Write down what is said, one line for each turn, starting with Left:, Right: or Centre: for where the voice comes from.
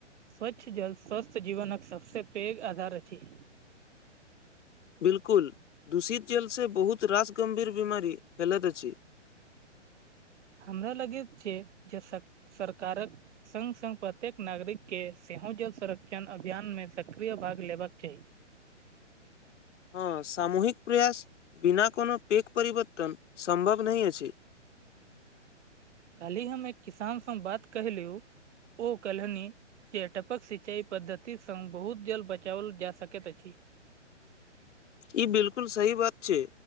Right: स्वच्छ जल स्वस्थ जीवन कऽ सब स पैघ आधार अछि
Left: बिल्कुल दूषित जेल स बहुत रास गम्भीर बीमारी फैलैत अछि
Right: हमरा लगैत छै जे सर सरकारक संग संग प्रत्येक नागरिक केँ सेहो जल संरक्षण अभियान में सक्रिय भाग लेबाक चाही
Left: हँ सामूहिक प्रयास बिना कोनो पैेक परवर्तन सम्भव नहीं अछि
Right: कहालहि हम एक किसानसँ बात कहहिलेहु ओ कहलहनी जे टपक सिंचाई पद्धति सङ् बहुत जल बचाओल जा सकैत अछि
Left: ई बिलकुल सही बात छै